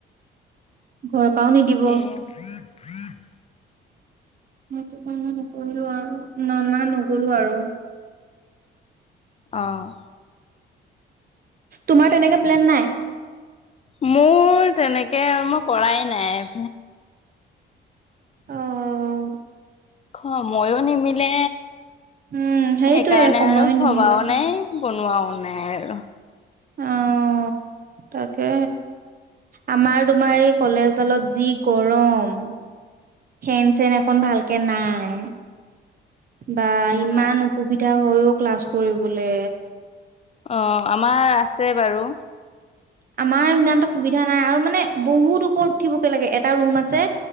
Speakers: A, on the right; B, on the left.
A: ঘৰৰ পৰাও নিদিব।
B: তাকে <unintelligible>
A: সেইটোকাৰণে, নকৰিলোঁ আৰু না নগ'লো আৰু।
B: অ'!
A: তোমাৰ তেনেকে প্লেন নাই?
B: মোৰ তেনেকে আৰু মই কৰাই নাই।
A: অঁ!
B: সময়ো নিমিলে।
A: উম, সেইটোয়ে
B: সেইকাৰণে
A: সময়
B: আৰু ভবাওঁ
A: নিমিলে
B: নাই। বনোৱাও নাই আৰু।
A: অঁ! তাকে, আমাৰ তোমাৰ, এই কলেজডালত যি গৰম। ফেন চেন এখন ভালকে নাই। বা! ইমান
B: অ',
A: অসুবিধা হয় অ'! ক্লাছ কৰিবলে।
B: অ'! আমাৰ আছে বাৰু।
A: আমাৰ ইমান এটা সুবিধা নাই আৰু মানে, বহুত ওপৰত উঠিবগে লাগে। এটা ৰুম আছে